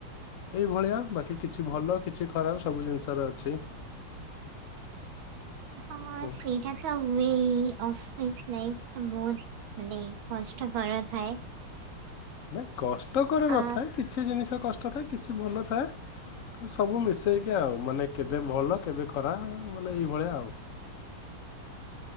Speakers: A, on the left; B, on the right.
A: ଏଇଭଳିଆ ବାକି କିଛି ଭଲ କିଛି ଖରାପ ସବୁ ଜିନିଷ ରେ ଅଛି।
B: ହଁ
A: ହୁଁ।
B: ସେଇଟା ଭି ତ ହୁହେହି ଅଫିସ୍ ଲାଇଫ୍ ବହୁତ ମାନେ କଷ୍ଟକର ଥାଏ।
A: ନାଇଁ କଷ୍ଟକରେ ନଥାଏ,
B: ଆ
A: କିଛି ଜିନିଷ କଷ୍ଟ ଥାଏ କିଛି ଭଲ ଥାଏ - ସବୁ ମିସେଇକି ଆଉ ମାନେ କେବେ ଭଲ କେବେ ଖରା ମାନେ ଏଇ ଭଳିଆ ଆଉ।